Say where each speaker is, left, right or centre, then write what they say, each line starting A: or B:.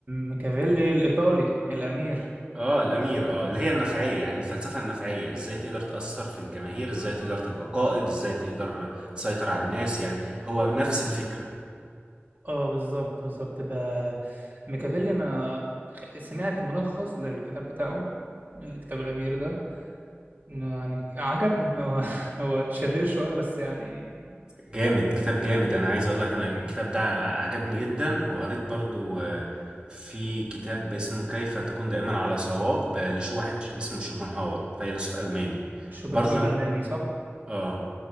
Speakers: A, on the right; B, on the right.
A: ميكافيلي الإيطالي الأمير
B: اه الامير اه اللي هي النفعيه يعني الفلسفه النفعيه ازاي تقدر تاثر في الجماهير ازاي تقدر تبقى قائد ازاي تقدر تسيطر على الناس يعني هو نفس الفكره
A: اه بالظبط بالظبط بقى ميكافيلي أنا خ- سمعت ملخص للكتاب بتاعه الكتاب الأمير ده إنه يعني عجبني هو <laughs> هو شرير شوية بس يعني
B: جامد كتاب جامد انا عايز
A: آه،
B: اقول لك انا الكتاب
A: آه،
B: ده ع- عجبني جدا وقريت برضو آه، في كتاب اسمه كيف تكون دائما على صواب آه، لش واحد ش- اسمه شوبنهاور فيلسوف الماني
A: شوبنهاور
B: برضو
A: ألماني صح؟
B: اه